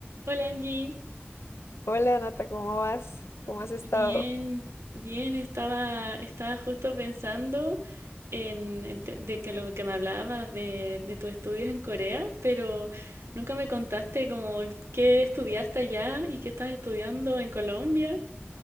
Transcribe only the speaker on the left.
Hola Nata, ¿cómo vas? ¿Cómo has estado?